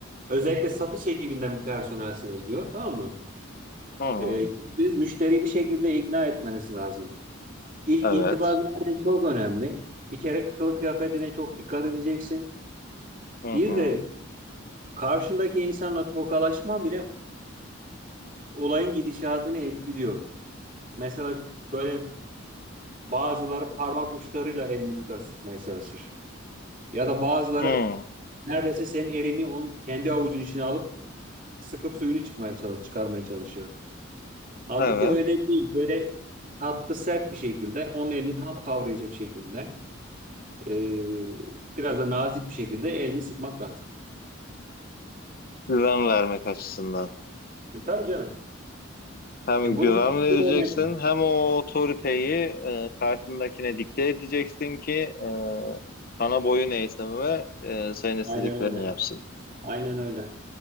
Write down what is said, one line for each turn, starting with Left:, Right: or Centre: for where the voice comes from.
Right: özellikle satış ekibinden bir personelsiniz diyor. Tamam mı?
Left: Hı, hı
Right: E, biz müşteriyi bir şekilde ikna etmeniz lazım. İlk
Left: evet.
Right: intiba zaten çok önemli. Bir kere kılık kıyafetine çok dikkat edeceksin.
Left: Hı
Right: Bir
Left: hı.
Right: de karşındaki insanla tokalaşma bile olayın gidişatını etkiliyor. Mesela böyle bazıları parmak uçlarıyla elini tutar sıkmaya çalışır. Ya da bazıları
Left: Hı,
Right: neredeyse senin elini onun kendi avucun içine alıp sıkıp suyunu çıkmaya çalış çıkarmaya çalışıyor. Halbuki
Left: evet.
Right: öyle değil. Böyle tatlı sert bir şekilde onun elini tam kavrayacak şekilde. Ee, biraz da nazik bir şekilde elini sıkmak lazım.
Left: Güven vermek açısından.
Right: E, tabii canım.
Left: Hem
Right: Ya bunun
Left: güven
Right: gibi bir sürü
Left: vereceksin
Right: örnek var.
Left: hem o otoriteyi e, karşındakine dikte edeceksin ki e, sana boyun eğsin ve e, senin istediklerini
Right: Aynen öyle.
Left: yapsın.
Right: Aynen öyle.